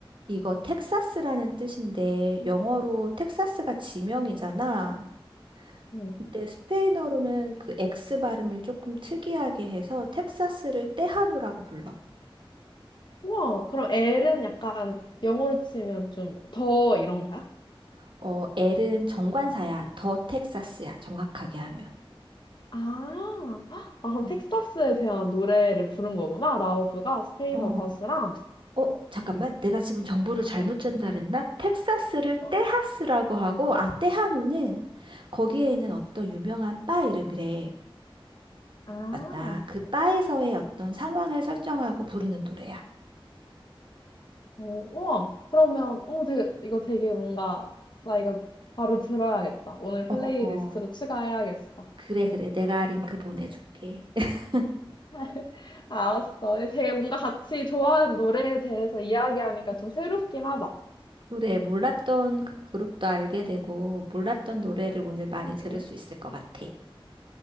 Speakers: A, on the right (about 60°); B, on the left (about 50°).
A: 이거 텍사스라는 뜻인데 영어로 텍사스가 지명이잖아.
B: 어.
A: 근데 스페인어로는 그 X 발음을 조금 특이하게 해서 텍사스를 테하노라고 불러.
B: 우와, 그럼 엘은 약간 영어로 치면 좀 더 이런 거야?
A: 어, L은 정관사야. 더 텍사스야. 정확하게 하면.
B: 아, 아, 그럼
A: 어.
B: 텍사스에 대한 노래를 부른 거구나. 라우브가 스페인어
A: 어,
B: 가수랑.
A: 어, 잠깐만. 내가 지금 정보를 잘못
B: 어,
A: 전달했나? 텍사스를
B: 어.
A: 테하스라고 하고, 아, 테하노는 거기에 있는 어떤 유명한 바 이름이래.
B: 아, 어,
A: 맞다. 그 바에서의 어떤 상황을 설정하고 부르는 노래야.
B: 우와. 그러면, 어, 되게, 이거 되게 뭔가, 나 이거 바로 들어야겠다. 오늘 플레이리스트로
A: 어, 어.
B: 추가해야겠어.
A: 그래, 그래. 내가 링크 보내줄게. <laughs>
B: <laughs> 알았어. 되게 뭔가 같이 좋아하는 노래에 대해서 이야기하니까 좀 새롭긴 하다.
A: 그래, 몰랐던 그 그룹도 알게 되고, 몰랐던 노래를 오늘 많이 들을
B: 응.
A: 수 있을 것 같아.